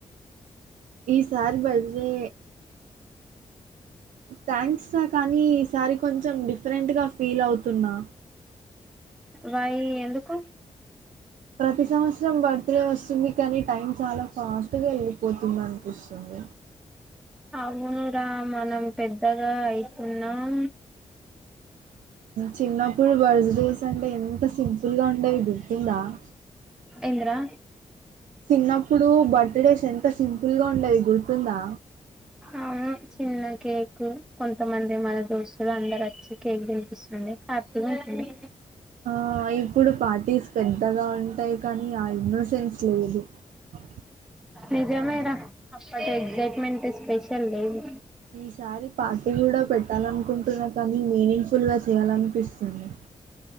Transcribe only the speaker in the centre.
వయి ఎందుకు
అవునురా మనం పెద్దగా అయితున్నాం
ఇంద్రా
అవును చిన్న కేక్ కొంతమంది మన దోస్తులు అందరు వచ్చి కేక్ దనిపిస్తుడి హ్యాపీగా ఉంటుంది
నిజమే రా అప్పటి ఎగ్జైట్మెంట్ స్పెషల్ లేవు